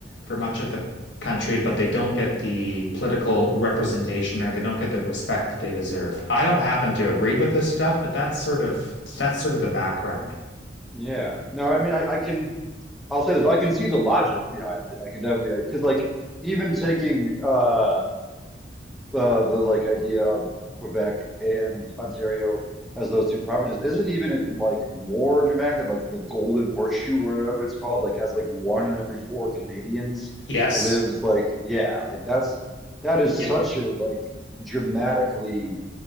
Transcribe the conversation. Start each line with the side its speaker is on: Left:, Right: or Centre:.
Left: for much of the country, but they don't get the political representation or they don't get the respect that they deserve. I don't happen to agree with this stuff, but that's sort of that's sort of the background.
Centre: Yeah. No, I mean, I, I can. I'll say this. I can see the logic behind it. I can definitely because like even taking uh uh, the like idea of Quebec and Ontario as those two provinces isn't even it like more dramatic that like the Golden Horseshoe or whatever it's called like has like one in every four Canadians
Left: Yes.
Centre: lives like yeah like that's that is
Left: Yeah,
Centre: such a like dramatically